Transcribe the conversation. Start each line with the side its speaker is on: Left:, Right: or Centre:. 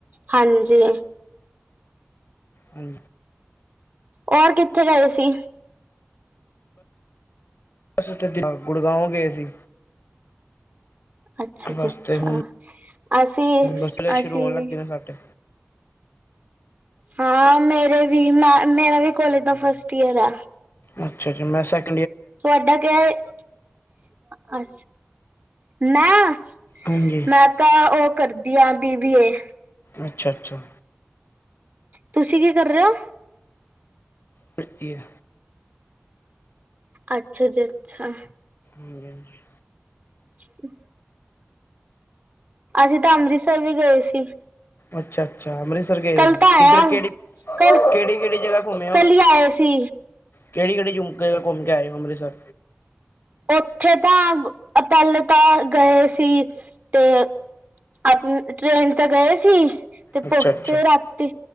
Right: ਹਾਂਜੀ।
Left: ਹੁਂ।
Right: ਹੋਰ ਕਿੱਥੇ ਗਏ ਸੀ?
Left: ਅਸੀਂ ਤੇ ਜੀ ਗੁੜਗਾਉਂ ਗਏ ਸੀ।
Right: ਅੱਛਾ
Left: ਬਸ
Right: ਜੀ ਅੱਛਾ
Left: ਤੇ ਹੁਣ
Right: ਅਸੀਂ
Left: ਮਸਲੇ
Right: ਅਸੀਂ
Left: ਸ਼ੁਰੂ ਹੋਣ ਲੱਗਦੇ
Right: ਵੀ
Left: ਨੇ ਸਾਡੇ।
Right: ਹਾਂ, ਮੇਰੇ ਵੀ। ਮੈਂ ਮੇਰਾ ਵੀ ਕੋਲੇਜ ਦਾ ਫਸਟ ਈਅਰ ਹੈ।
Left: ਅੱਛਾ-ਜੱਛਾ ਮੈਂ ਸੈਕ
Right: ਤੁਹਾਡਾ ਕਯਾ ਏ ਮੈਂ,
Left: ਹਾਂਜੀ
Right: ਮੈਂ ਤਾਂ ਉਹ ਕਰਦੀ ਆਂ, ਬੀਬੀਏ।
Left: ਅੱਛਾ-ਅੱਛਾ।
Right: ਤੁਸੀਂ ਕੀ ਕਰ ਰਹੇ ਹੋ।
Left: ਪ੍ਰੱਤੀਹ
Right: ਅੱਛਾ ਜੀ ਅੱਛਾ
Left: ਹਾਂਜੀ ਹਾਂਜੀ
Right: ਹੂ ਅਸੀਂ ਤਾਂ ਅੰਮ੍ਰਿਤਸਰ ਵੀ ਗਏ ਸੀ।
Left: ਅੱਛਾ-ਅੱਛਾ। ਅੱ ਅੰਮ੍ਰਿਤਸਰ ਗਏ
Right: ਕੱਲ
Left: ਸੀ?
Right: ਤਾਂ
Left: ਕਿੱਧਰ
Right: ਆਇਆ
Left: ਕਿਹੜੀ,
Right: ਕੱਲ
Left: ਕਿਹੜੀ-ਕਿਹੜੀ ਜਗਾ ਘੁੰਮੇ ਉਹ?
Right: ਕੱਲ ਹੀ ਆਏ ਸੀ
Left: ਕਿਹੜੀ-ਕਿਹੜੀ ਝੁਮਕੇ ਘੁੰਮਕੇ ਆਏ ਹੋ ਅੰਮ੍ਰਿਤਸਰ?
Right: ਉੱਥੇ ਤਾਂ ਪਹਿਲੇ ਤਾਂ ਗਏ ਸੀ ਤੇ ਆਪ ਟ੍ਰੇਨ ਤਾਂ ਗਏ ਸੀ ਤੇ ਪਹਂਚੇ
Left: ਅੱਛਾ ਅੱਛਾ
Right: ਰਾਤੀ।